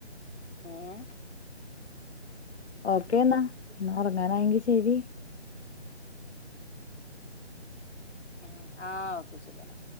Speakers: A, on the left; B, on the left.
A: ഏഹ്
B: ഓക്കേ എന്നാ എന്ന ഒറങ്ങാനായെങ്കി ശരി
A: എങ്ങനെ ആഹ് ഓക്കെ ശരി എന്നാ